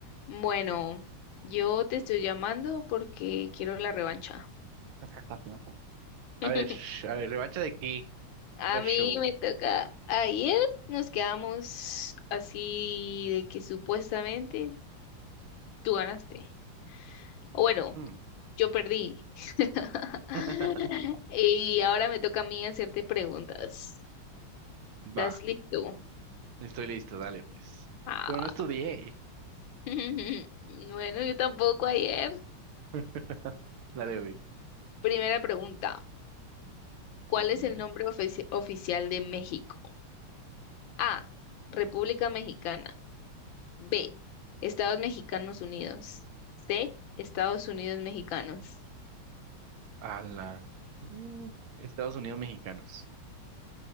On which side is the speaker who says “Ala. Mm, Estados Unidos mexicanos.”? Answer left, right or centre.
Right